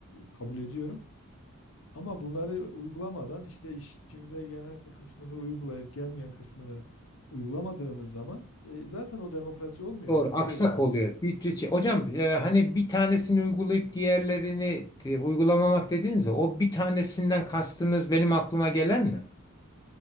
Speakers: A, on the left; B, on the left.
A: kabul ediyorum. Ama bunları uygulamadan işte işimize gelen kısmını uygulayıp gelmeyen kısmını uygulamadığımız zaman e, zaten o demokrasi olmuyor.
B: Doğru,
A: Yani
B: aksak
A: biz öyle zannediyoruz.
B: oluyor. Bir, tü- şey, hocam e, hani bir tanesini uygulayıp diğerlerini e, uygulamamak dediniz ya, o bir tanesinden kastınız benim aklıma gelen mi?